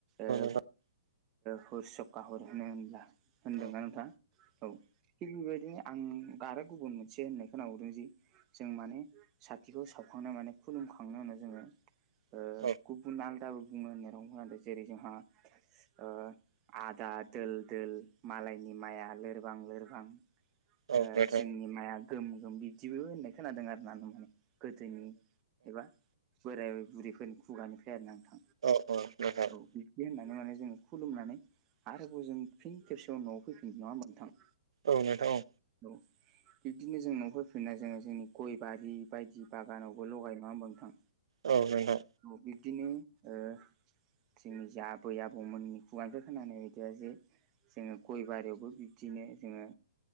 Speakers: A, on the right (about 20°); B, on the right (about 80°).
A: ओ
B: औ नोंथां औ
A: हर सक हर होनो होनब्ला
B: औ
A: होनदोंना नोंथाङ औ थिग बेबायदि आं आरो गुबुन मोनसे होननाय खोनाहरदों जि जों माने साथिखौ सावखांनाय माने खुलुमखांनायनि उनाव जोङो ओ
B: औ नोंथां
A: गुबुन आलदाबो बो होनेरावदों जेरै जोंहा ओ आदा दोल दोल मालायनि माइआ लोरबां लोरबां
B: औ
A: ओ
B: औ
A: जोंनि माइाया गोम गोम बिदिबो होननाय खोनादों आर ना नोंथां। गोदोनि एबा बोराय बुरैफोरनि खुगानिफ्राय आरोना।
B: नोंथां
A: औ बिदि होननानै माने जों खुलुमनानै आरोबाव जों फिन खेबसेयाव न'आव फैफिन नङा मोनथां
B: औ नोंथां औ
A: औ बिबदिनो जों न' फ फिनाय जोङो जोंनि गय बारि बायदि बागानावबो लगाय नङा होमबा नोंथां
B: औ नोंथां
A: औ बिब्दिनो ओ ज्रिनि जाबो आबौमोननि खुगानिफ्राय खोनानाय बायदिया जे जोङो गय बारियावबो बिब्दिनो जोङो